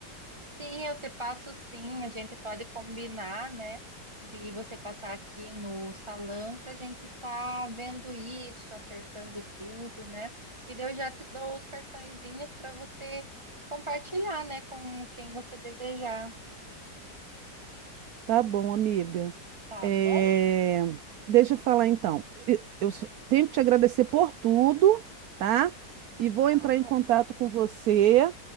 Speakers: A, on the right; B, on the right.
A: Sim, eu te passo sim. A gente pode combinar, né? De você passar aqui no salão para a gente estar vendo isso, acertando tudo, né? E daí eu já te dou os cartõezinhos para você compartilhar, né? Com quem você desejar.
B: Tá bom, amiga.
A: Tá
B: É,
A: bom?
B: Deixa eu falar então. E- Eu só tenho que te agradecer por tudo, tá? E vou
A: Tá
B: entrar
A: bom.
B: em contato com você